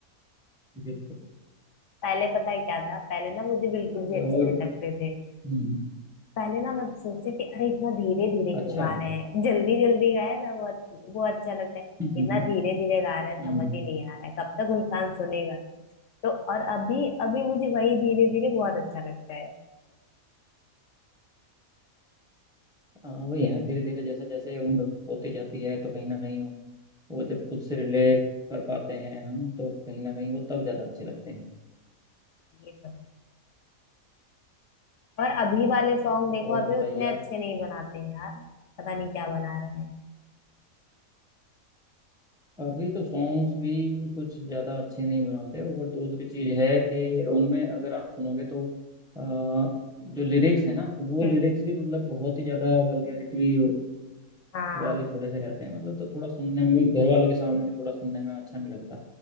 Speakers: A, in the centre; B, on the left.
A: बिल्कुल बिल्कुल।
B: पहले पता है क्या था पहले ना मुझे बिल्कुल
A: चलिए
B: भी
A: और
B: अच्छे नहीं लगते थे
A: हम्म,
B: पहले ना मैं सोचती थी अरे इतना धीरे धीरे क्यों
A: अच्छा
B: गा
A: <laughs>
B: रहे हैं जल्दी जल्दी गाए ना वो वो अच्छा लगता है
A: हम्म,
B: इतना धीरे धीरे गा रहे हैं समझ
A: हम्म,
B: ही नहीं आ रहा है कब तक इंसान सुनेगा तो और अभी अभी मुझे वही धीरे धीरे बहुत अच्छा लगता है
A: हाँ वही है धीरे धीरे जैसे जैसे उम्र होती जाती है तो कहीं ना कहीं वो जब खुद से रिलेट कर पाते हैं हम तो कहीं ना कहीं वो तब ज़्यादा अच्छे लगते हैं
B: ये तो है और अभी वाले सॉन्ग
A: चलिए,
B: देखो
A: और
B: अभी
A: बताइए
B: उतने अच्छे
A: आप
B: नहीं बनाते हैं यार पता नहीं क्या बना रहे हैं
A: अभी तो सॉन्ग्स भी कुछ ज़्यादा अच्छे नहीं बनाते और दूसरी चीज़ है कि उनमें अगर आप सुनोगे तो अ, जो लिरिक्स है ना वो
B: हम्म।
A: लिरिक्स भी मतलब बहुत ही ज़्यादा वल्गैरिटी
B: हाँ
A: वाले थोड़े से रहते हैं मतलब तो थोड़ा सुनने में भी घर वालों के सामने भी थोड़ा सुनने में अच्छा नहीं लगता